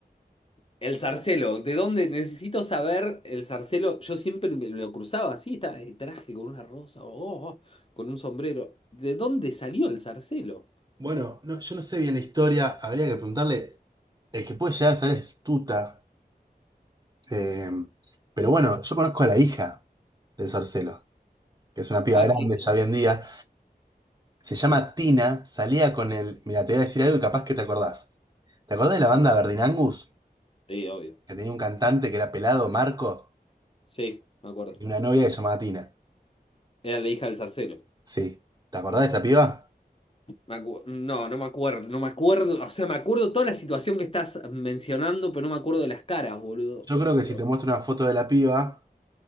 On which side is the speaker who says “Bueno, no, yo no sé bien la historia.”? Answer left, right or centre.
Right